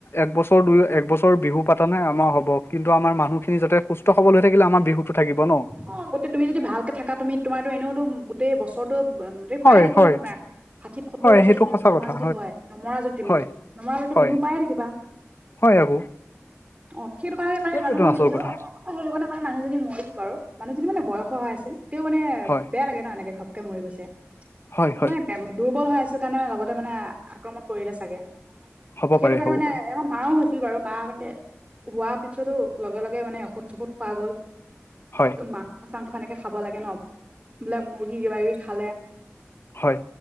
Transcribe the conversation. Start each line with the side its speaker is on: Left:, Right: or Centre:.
Left: একবছৰ দুই এক বছৰ বিহু পাতা নাই আমাৰ হ'ব, কিন্তু আমাৰ মানুহখিনি যাতে সুস্থ সবল হৈ থাকিলে আমাৰ বিহুটো থাকিব ন।
Right: অ গোটেই তুমিযদি ভালকে থাক তুমি তোমাৰো এনেওতো গোটেই বছৰটো মম
Left: হয়,
Right: পাই থাকিবা
Left: হয়,
Right: ন তুমাৰ ষাঠি -সত্তৰ
Left: হয়,
Right: বছৰ
Left: সেইটো
Right: তুমি
Left: সঁচা
Right: তোমাৰ
Left: কথা
Right: যদি হয় নমৰা যদি তুমি,
Left: হয়,
Right: নমৰালেতো
Left: হয়,
Right: বিহু পায়ে থাকিবা।
Left: হয় আকৌ।
Right: অ সেইটো কাৰণে মানেই
Left: সেইটোৱেতো
Right: মানুহ অলপ
Left: আচল
Right: নিজেও
Left: কথা
Right: সেইটো কাৰণে মান মানুহ যদি মৰিলো বাৰু মানুহজনী মানে বয়স হয় আছিল তেওঁ মানে
Left: হয়,
Right: বেয়া লাগে ন এনেকে ঘপকে মৰি গৈছে।
Left: হয়, হয়,
Right: মানে দুৰ্বল হৈ আছিল কাৰণে লগতে মানে আক্ৰমণ কৰিলে চাগে।
Left: হ'ব
Right: সেইটো
Left: পাৰে
Right: কাৰণে
Left: হ'ব
Right: মানে
Left: পাৰে
Right: এ কাহ ও হৈছিল বাৰু মা মানে হোৱাৰ পিছতো লগে লগে মানে ঔষধ -চৌষধ খোৱা গ'ল।
Left: হয়,
Right: মাংস -চাংস এনেকে খাব লাগে ন বিলাক মুৰ্গী কিবা কিবি খালে,
Left: হয়।